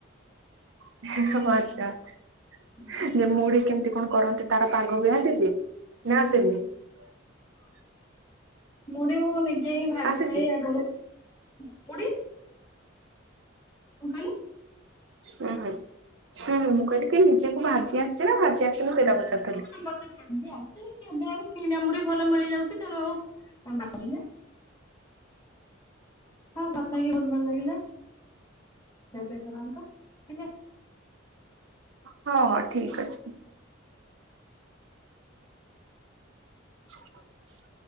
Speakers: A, on the right (about 65°); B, on the left (about 25°).
A: <unintelligible>
B: ସବୁବେଳେ।
A: ଯେ ମୁଢି କେମିତି କଣ କରନ୍ତି ତାର ପାଗ ବି ଆସିଛି ନା ଆସିନି? ହଁ
B: ମୁଢ଼ି ମୁଁ ନିଜେ ହିଁ ଭାଜୁଥାଏ
A: ଆସିଛି?
B: ଆ <unintelligible> ମୁଢ଼ି <unintelligible>
A: ହୁଁ ହୁଁ ହୁଁଁ ମୁଁ କହିଲି କି ନିଜେକୁ ଭାଜି ଆସିଛି ନା ଭାଜି ଆସିିନି ସେଟା ପଚାରୁଥିଲି।
B: ମତେ ଭାଜି ଆସେ। କିଣା ମୁଢ଼ି ଭଲ ମିଳିଯାଉଛି ତେଣୁ ଆଉ <unintelligible> ହଁ କଥା ହେଇକି ବହୁତ ଭଲ ଲାଗିଲା ରଖନ୍ତୁ <unintelligible>
A: ହଁ ହଁ ଠିକ ଅଛି। <unintelligible>